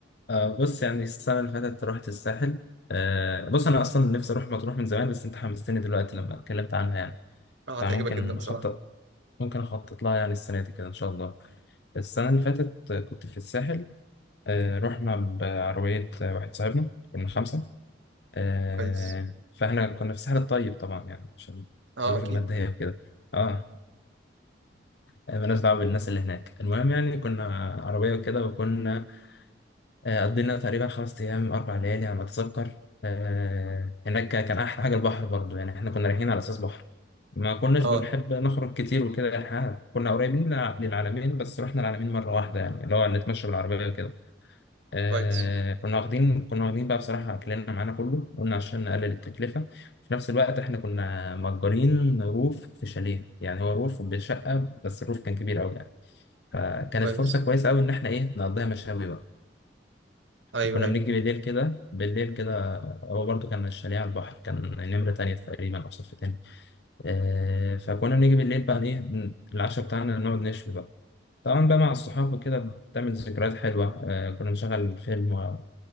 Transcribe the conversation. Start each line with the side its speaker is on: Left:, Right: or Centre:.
Left: آه بص يعني السنه اللي فاتت رحت الساحل آه بص انا اصلا نفسي اروح مطروح من زمان بس انت حمستني دلوقتي لما اتكلمت عنها يعني
Right: اه هتعجبك
Left: فممكن
Right: جدا بصراحة
Left: اخطط ممكن أخطط لها يعني السنة دي كده إن شاء الله السنة اللي فاتت آه، كنت في الساحل آه، رحنا بعربية آه، واحد صاحبنا كنا خمسة آه،
Right: كويس
Left: فإحنا كنا في الساحل الطيب طبعا يعني عشان
Right: اه
Left: الظروف
Right: اكيد
Left: المادية وكده اه آه، مالناش دعوة بالناس اللي هناك المهم يعني كنا عربية وكده وكنا آه، قضينا تقريبا خمس أيام أربع ليالي على ما أتذكر آه، هناك كا- كان أحلى حاجة البحر برضو يعني إحنا كنا رايحين على أساس بحر ما كناش
Right: اه
Left: بنحب نخرج كتير وكده إحنا كنا قريبين للع- للعلمين بس رحنا العلمين مرة واحدة يعني اللي هو نتمشى بالعربية وكده آه،
Right: كويس
Left: كنا واخدين كنا واخدين بقى بصراحة أكلنا معانا كله قلنا عشان نقلل التكلفة في نفس الوقت إحنا كنا مأجرين روف في شاليه يعني هو روف بشقة بس الروف كان كبير أوي يعني فكانت
Right: كويس
Left: فرصة كويسة أوي إن إحنا إيه نقضيها مشاوي بقى
Right: ايوه
Left: كنا
Right: ايوه
Left: بنيجي بالليل كده بالليل كده هو برضو كان الشاليه على البحر كان نمرة تانية تقريبا أو صف تاني آه فكنا بنيجي بالليل بقى إيه ن- العشاء بتاعنا نقعد نشوي بقى طبعا بقى مع الصحاب وكده بتعمل ذكريات حلوة آه كنا بنشغل فيلم و-